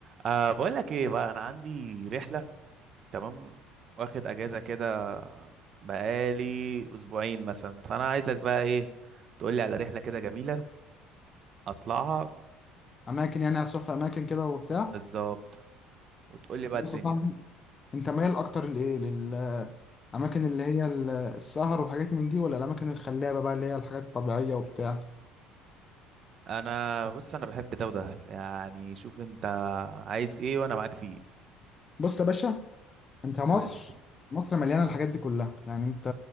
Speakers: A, on the right; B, on the left.
A: أه بقول لك ايه بقى انا عندي رحله تمام واخد اجازه كده بقالي اسبوعين مثلا فانا عايزك بقى ايه تقول لي على رحله كده جميله اطلعها
B: اماكن يعني هتروح في اماكن كده وبتاع
A: بالظبط وتقول لي بقى
B: بص
A: الدنيا
B: يا صاحبي انت مايل اكتر لايه للاماكن اللي هي ال- السهر وحاجات من دي ولا الاماكن الخلابه بقى اللي هي الحاجات الطبيعيه وبتاع
A: انا بص انا بحب ده وده يعني شوف انت عايز ايه وانا معاك فيه
B: بص يا باشا انت مصر
A: قول لي
B: مصر مليانه الحاجات دي كلها يعني انت